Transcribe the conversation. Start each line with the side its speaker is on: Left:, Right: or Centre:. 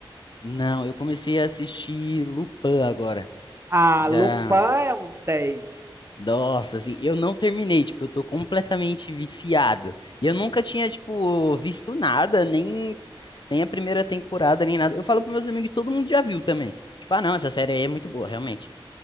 Left: Não, eu comecei a assistir Lupin agora.
Right: A
Left: Já
Right: Lupin é um dez
Left: Nossa, assim, eu não terminei, tipo, eu tô completamente viciado. E eu nunca tinha, tipo, visto nada, nem, nem a primeira temporada, nem nada. Eu falo pros meus amigos, e todo mundo já viu também. Tipo, ah, não, essa série aí é muito boa, realmente.